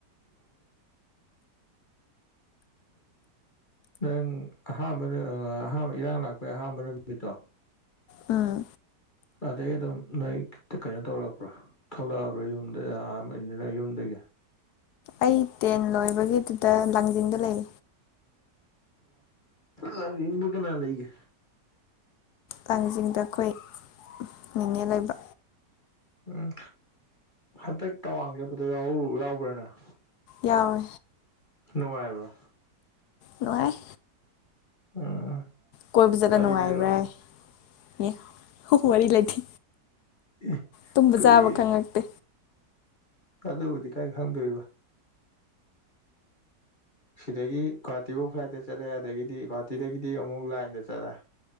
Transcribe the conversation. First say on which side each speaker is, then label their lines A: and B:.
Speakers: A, on the left (about 30°); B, on the left (about 75°).
A: ꯅꯪ ꯑꯍꯥꯟꯕ ꯑꯍꯥꯟꯕ ꯏꯔꯥꯡ ꯂꯥꯛꯄꯩꯒꯤ ꯑꯍꯥꯥꯟꯕ ꯅꯨꯃꯤꯠꯇꯣ
B: ꯑꯥ
A: ꯑꯗꯩ ꯑꯗꯨꯝ ꯅꯣꯏ ꯀꯩꯅꯣ ꯇꯧꯔꯛꯄ꯭ꯔꯣ ꯊꯣꯛꯂꯛꯑꯕ꯭ꯔꯥ ꯌꯨꯝꯗꯅꯤꯅ ꯌꯨꯝꯗꯒꯤ
B: ꯑꯩ ꯇꯦꯟ ꯂꯣꯏꯕꯒꯤꯗꯨꯗ ꯂꯥꯡꯖꯤꯡꯗ ꯂꯩ
A: ꯂꯥꯡꯖꯤꯡꯗ ꯀꯅꯥ ꯂꯩꯒꯦ
B: ꯂꯥꯡꯖꯤꯡꯗ ꯑꯩꯈꯣꯏ ꯅꯤꯅꯦ ꯂꯩꯕ
A: ꯎꯝ ꯍꯟꯗꯛ ꯇꯋꯥꯡ ꯆꯠꯄꯗꯣ ꯌꯥꯎꯕ꯭ꯔ ꯅꯪ
B: ꯌꯥꯎꯋꯦ
A: ꯅꯨꯡꯉꯥꯏꯕ꯭ꯔꯥ
B: ꯅꯨꯡꯉꯥꯏ
A: ꯎꯝ
B: ꯀꯣꯏꯕ ꯆꯠꯂ
A: ꯋꯥꯔꯤ
B: ꯅꯨꯡꯉꯥꯏꯕ꯭ꯔꯥꯏ
A: ꯂꯤꯔꯛꯎꯅꯦ
B: ꯅ‌ꯦ ꯍꯨ-ꯍꯨ ꯋꯥꯔꯤ ꯂꯩꯇꯦ
A: ꯏ
B: ꯇꯨꯝꯕ
A: ꯀꯩꯌꯦ
B: ꯆꯥꯕ ꯈꯪꯉꯛꯇꯦ
A: ꯑꯗꯨꯕꯨꯗꯤ ꯀꯥꯏ ꯈꯪꯗꯣꯏꯕ ꯁꯤꯗꯒꯤ ꯒꯨꯍꯥꯇꯤꯐꯧ ꯐ꯭ꯂꯥꯏꯠꯇ ꯆꯠꯂꯦ ꯑꯗꯒꯤꯗꯤ ꯒꯨꯍꯥꯇꯤꯗꯒꯤꯗꯤ ꯑꯃꯨꯛ ꯂꯥꯏꯟꯗ ꯆꯠꯂꯦ